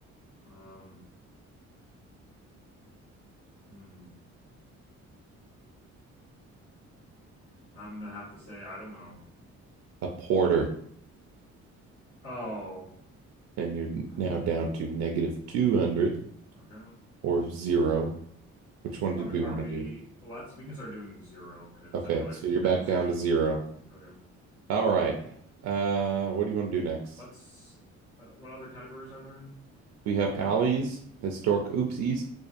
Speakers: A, on the left; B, on the right.
A: Um, hmm. I'm gonna have to say I don't know.
B: A porter,
A: Oh,
B: and you're
A: porter.
B: now down to negative 200
A: Okay.
B: or zero. Which one did
A: Are we,
B: we
A: are
B: want
A: we
B: to do?
A: let's we can start doing zero because
B: Okay,
A: I feel like
B: so you're
A: negatives
B: back down
A: are gonna
B: to zero.
A: okay.
B: All right. Uh, what do you want to do next?
A: Let's uh, what other categories are there?
B: We have alleys, historic oopsies,